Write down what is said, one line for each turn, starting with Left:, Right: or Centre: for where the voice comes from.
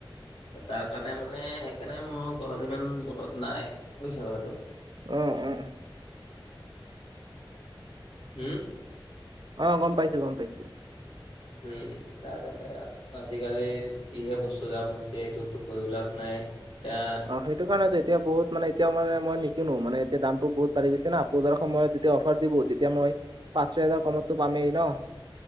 Left: তাৰ কাৰণে মানে সেইকাৰণে মোৰ ঘৰত ইমান মনত নাই বুইছা কথাটো?
Right: অহ, উম।
Left: <unintelligible>
Right: অ, গম পাইছোঁ - গম পাইছোঁ।
Left: উম, তাৰকাৰনে আও আজিকালি যিহে বস্তু দাম হৈছে এইটোতো কৈও লাভ নাই। এতিয়া
Right: অ, সেইটো কাৰণতেটো এতিয়া বহুত মানে এতিয়াও মানে নিকিনো মানে এতিয়া দামটো বহুত বাঢ়ি গৈছে না পূজাৰ সময়ত যেতিয়া অফাৰ দিব তেতিয়া মই পাঁচ, ছয় হাজাৰ কমততো পামেই ন?